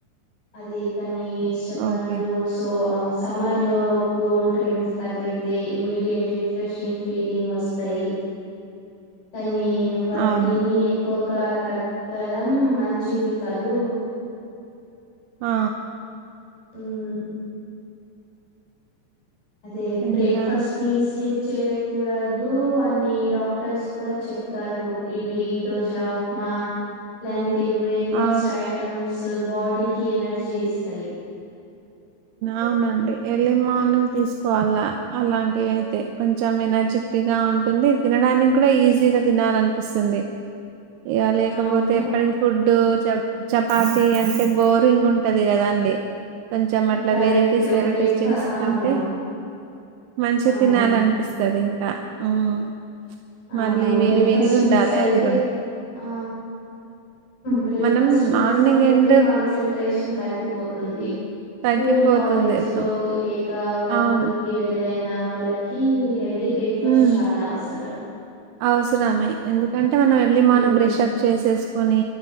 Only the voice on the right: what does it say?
ఓకే.
అవును.
ఆ
ఇంకా
అవును.
అవునండి ఎర్లీ మార్నింగ్ తీసుకోవాలా అలాంటివి అయితే కొంచెం ఎనర్జిక్ పతిగా <unintelligible> ఉంటుంది. తినడానికి కూడా ఈజీగా తినాలనిపిస్తుంది. ఇయా, లేకపోతే,
ఎప్పటికి, ఫుడ్డు, చ చపాతి, అంటే, బోరింగ్ ఉంటది. కదా, అండి, కొంచెం, అట్లా,
వెరైటీస్, వెరైటీస్,
చేసుకుంటే,
మంచి
తినాలంట, అపిస్తుంది ఇంకా, ఉహ్
మళ్ళీ, మళ్ళీ, వేడి,
వేడిగా ఉండాలి.
అది కూడా
మనం
మార్నింగ్ ఎండ్
తగ్గిపోతుంది
ఇప్పుడు
అవును
మ్మ్
అవసరమే, ఎందుకంటే, మనం, ఎర్లీమార్నింగ్
బ్రష్అప్, చేసేసుకుొని,